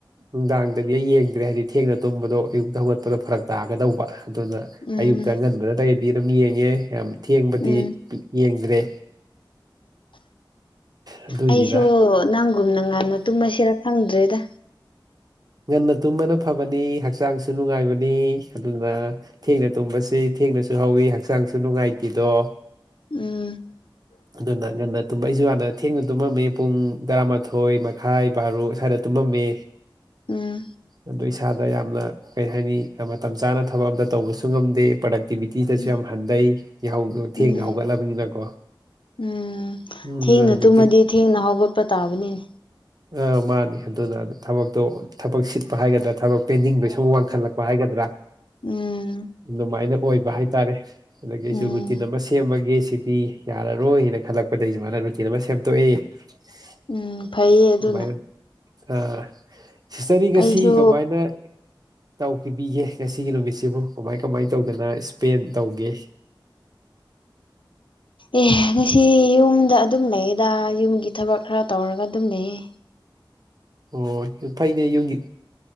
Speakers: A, on the right; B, on the left.
A: ꯅꯨꯡꯗꯥꯡ ꯗꯗꯤ ꯑꯩ ꯌꯦꯡꯗ꯭ꯔꯦ ꯍꯥꯏꯗꯤ ꯊꯦꯡꯅ ꯇꯨꯝꯕꯗꯣ ꯑꯌꯨꯛꯇ ꯍꯧꯒꯠꯄꯗꯣ ꯐꯔꯛ ꯇꯥꯒꯗꯧꯕ ꯑꯗꯨꯅ
B: ꯎꯝ
A: ꯑꯌꯨꯛꯇ ꯑꯉꯟꯕꯗ ꯂꯩꯔꯗꯤ ꯑꯗꯨꯝ ꯌꯦꯡꯉꯦ ꯌꯥꯝ ꯊꯦꯡꯕꯗꯤ
B: ꯎꯝ
A: ꯌꯦꯡꯗ꯭ꯔꯦ ꯑꯗꯨꯏꯅꯤꯗ
B: ꯑꯩꯁꯨ ꯅꯪꯒꯨꯝꯅ ꯉꯟꯅ ꯇꯨꯝꯃꯁꯤꯔꯥ ꯈꯪꯗ꯭ꯔꯦꯗ
A: ꯉꯟꯅ ꯇꯨꯝꯕꯅ ꯐꯕꯅꯤ ꯍꯛꯆꯥꯡꯁꯨ ꯅꯨꯡꯉꯥꯏꯕꯅꯤ ꯑꯗꯨꯅ ꯊꯦꯡꯅ ꯇꯨꯝꯕꯁꯤ ꯊꯦꯡꯅꯁꯨ ꯍꯧꯋꯤ ꯍꯛꯆꯥꯡꯁꯨ ꯅꯨꯡꯉꯥꯏꯇꯤꯗꯣ
B: ꯎꯝ
A: ꯑꯗꯨꯅ ꯉꯟꯅ ꯇꯨꯝꯕ ꯑꯩꯁꯨ ꯍꯥꯟꯅ ꯊꯦꯡꯅ ꯇꯨꯝꯃꯝꯃꯤ ꯄꯨꯡ ꯇꯔꯥꯃꯥꯊꯣꯏ ꯃꯈꯥꯏ ꯕꯥꯔꯣ ꯁ꯭ꯋꯥꯏꯗ ꯇꯨꯝꯃꯝꯃꯦ
B: ꯎꯝ
A: ꯑꯗꯨ ꯏꯁꯥꯗ ꯌꯥꯝꯅ ꯀꯩ ꯍꯥꯏꯅꯤ ꯃꯇꯝ ꯆꯥꯅ ꯊꯕꯛ ꯑꯝꯇ ꯇꯧꯕꯁꯨ ꯉꯝꯗꯦ ꯄ꯭ꯔꯗꯛꯇꯤꯚꯤꯇꯤꯗꯖꯨ
B: ꯎꯝ
A: ꯌꯥꯝ ꯍꯟꯗꯩ ꯌꯥꯍꯧꯗꯨ ꯊꯦꯡꯅ
B: ꯎꯝ
A: ꯍꯧꯒꯠꯂꯕꯅꯤꯅꯀꯣ
B: ꯎꯝ
A: ꯎꯝ
B: ꯊꯦꯡꯅ
A: ꯍꯧꯖꯤꯛꯇꯤ
B: ꯇꯨꯝꯃꯗꯤ ꯊꯦꯡꯅ ꯍꯧꯒꯠꯄ ꯇꯥꯕꯅꯤꯅꯦ
A: ꯑꯥ ꯃꯥꯅꯤ ꯑꯗꯨꯅ ꯊꯕꯛꯇꯣ ꯊꯕꯛ ꯁꯤꯠꯄ ꯍꯥꯏꯒꯗ꯭ꯔꯥ ꯊꯕꯛ ꯄꯦꯟꯅꯤꯡꯕꯩꯁꯨ ꯋꯥꯡꯈꯠꯂꯛꯄ ꯍꯥꯏꯒꯗ꯭ꯔꯥ
B: ꯎꯝ
A: ꯑꯗꯨꯃꯥꯏꯅ ꯑꯣꯏꯕ ꯍꯥꯏꯇꯥꯔꯦ ꯑꯗꯒꯤ
B: ꯎꯝ
A: ꯑꯩꯁꯨ ꯔꯨꯇꯤꯟ ꯑꯃ ꯁꯦꯝꯃꯒꯦ ꯁꯤꯗꯤ ꯌꯥꯔꯔꯣꯏꯅ ꯈꯜꯂꯛꯄꯗꯩ ꯑꯩꯖꯨ <unintelligible> ꯔꯨꯇꯤꯟ ꯑꯃ ꯁꯦꯝꯇꯣꯛꯑꯦ
B: <unintelligible>
A: <unintelligible>
B: ꯐꯩꯌꯦ ꯑꯗꯨꯅ
A: ꯑꯥ ꯁꯤꯁꯇꯔꯗꯤ ꯉꯁꯤ
B: ꯑꯩꯁꯨ
A: ꯀꯃꯥꯏꯅ ꯇꯧꯈꯤꯕꯤꯒꯦ ꯉꯁꯤꯒꯤ ꯅꯨꯃꯤꯠꯁꯤꯕꯨ ꯀꯃꯥꯏ ꯀꯃꯥꯏ ꯇꯧꯗꯅ ꯏꯁꯄꯦꯟ ꯇꯧꯒꯦ
B: ꯑꯦ ꯉꯁꯤ ꯌꯨꯝꯗ ꯑꯗꯨꯝ ꯂꯩꯌꯦꯗ ꯌꯨꯝꯒꯤ ꯊꯕꯛ ꯈꯔ ꯇꯧꯔꯒ ꯑꯗꯨꯝ ꯂꯩꯌꯦ
A: ꯑꯣ ꯌꯥꯝ ꯐꯩꯅꯦ ꯌꯨꯝꯒꯤ